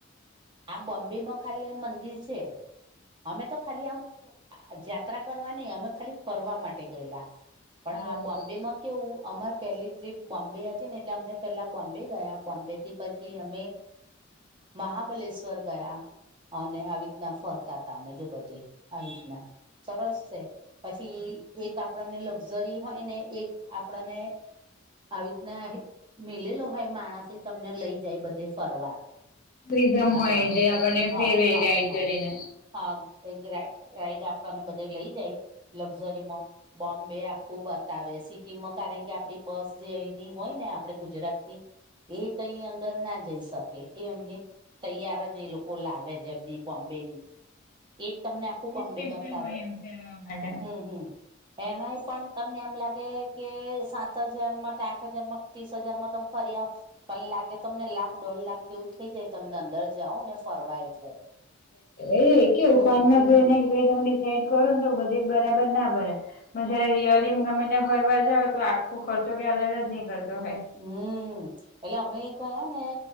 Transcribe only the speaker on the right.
આ બોમ્બેમાં ખાલી મંદિર છે. અમે તો ખાલી આમ જાત્રા કરવા નહી, અમે ખાલી ફરવા માટે ગયેલા. પણ
આ બોમ્બેમાં કેવું? અમારે પહેલી ટ્રીપ બોમ્બે હતી ને, એટલે અમને પહેલા બોમ્બે ગયા. બોમ્બેથી પછી અમે મહાબલેશ્વર ગયા, અને આવી રીતના ફરતા હતા અમે જો. બધે આવી રીતના સરસ છે, પછી એક આપને લ જરી હોયને, એક આપણને આવી રીતના મેિલેલો હોય, માણસ તમને લઈ જાય બધે. તે ફરવા
આપણાને,
હા
હા
હા.
હા, એ ગ ગ્રાઈડ આપણને બધે લઇ જાય. લક્ઝરી બોમ્બે આખું સિટીમાં, કારણ કે આપણી બસ જે એની હોયને, આપણે ગુજરાતની એ તય અંદરના જઈ શકે, એ અમને તૈયાર જ લોકો લાવે, જેમની બોમ્બે એ જ તમને ખુબ અંબે
બતાવે,
હમ હમ. એનાય પણ તમને એમ લાગે કે, સાત હજારમાં સાઠ હજારમાં, ત્રીસ હજારમાં તો અમે ફરી આવશું. પણ લાગે, તમને લાખ, દોઢ લાખ જેવું થઈ જાય તમને અંદર? જાઓ ને ફરવા એટલે
હમ
હા, એટલે અમે એ ગયા ને.